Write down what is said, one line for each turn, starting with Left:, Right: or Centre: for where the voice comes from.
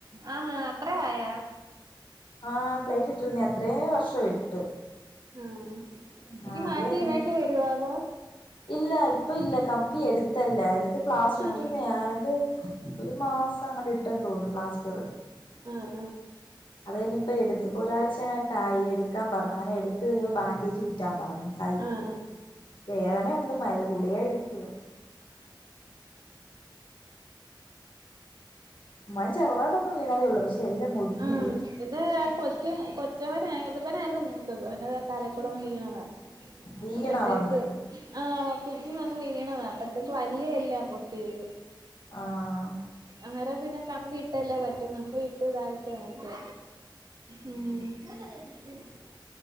Right: ആഹ, അത്രെആയ
Left: ആഹ് പ്ലേറ്റ് ഇട്ടിരുന്നേ അത്രയും വർഷം ഇട്ട്
Right: ആഹ ഇനി
Left: ആഹ്
Right: മാറ്റിയിതേണ്ടി
Left: അത് കഴിഞ്ഞ്
Right: വരുവാ അതോ?
Left: ഇല്ല ഇപ്പ ഇല്ല കമ്പി എടുത്തല്ല എടുത്ത് ക്ലാസ് പ്ലാസ്റ്റർട്ടുന്നെഅതേണ്ട്
Right: ആഹ്
Left: ഒരു മാസം അങ്ങോട്ട ഇട്ടെന്ന് തോന്നുന്നു പ്ലാസ്റ്റർ.
Right: ആഹ്
Left: അത് കഴിഞ്ഞപ്പോ എടുത്തപ്പപ്പോ ഒരാഴ്ചട്ടായി എടുക്കാൻ പറഞ്ഞു അനെ എടുത്തത്ത് കിഞ്ഞപ്പോ ബൻഡേജ് ചിറ്റാൻ പറഞ്ഞു കൈ
Right: ആ ആ <inaudible>
Left: വേദനയുണ്ട് മരു ഗുളിക കഴിക്കുവാ മഴ ചെറുതായിട്ടൊന്ന് വീണതേ ഉള്ളൂ പക്ഷെ എല്ലാം ഒടിഞ്ഞു
Right: ആ
Left: പോയി
Right: ഇത് കൊച്ച കൊ <inaudible> വ ഇവനായിരുന്നു മൂത്തത് അവന്റെ തലികുടെന്ന് വീ്ണതാ
Left: വീണാ
Right: അപ്പഴത്തേക്ക്
Left: വന്ന്
Right: ആ വ കുഞ്ഞി നന്ന് വീണ അപ്പ അതൊക്കെ വലിയല്ലാ പൊട്ടിയത്.
Left: ആഹ
Right: അന്നേരം പിന്നെ കമ്പി ഇട്ടല്ലേ പറ്റും കമ്പി ഇട്ട് ഇതായിട്ട് ഇണക്ക്. ഉം <inaudible>